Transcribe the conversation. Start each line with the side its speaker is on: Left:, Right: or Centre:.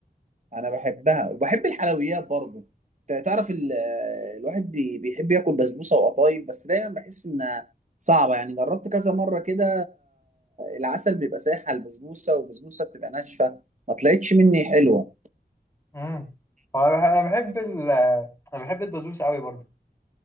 Right: انا بحبها وبحب الحلويات برضه ت- تعرف ال- الواحد بي- بيحب ياكل بسبوسة وقطايف بس دايما بحس انها صعبة يعني جربت كذا مرة كده العسل بيبقى سايح على البسبوسة والبسبوسة بتبقى ناشفة ما طلعتش مني حلوة
Left: امم هو أنا بح- أنا بحب ال آه، أنا بحب البسبوسة أوي برضه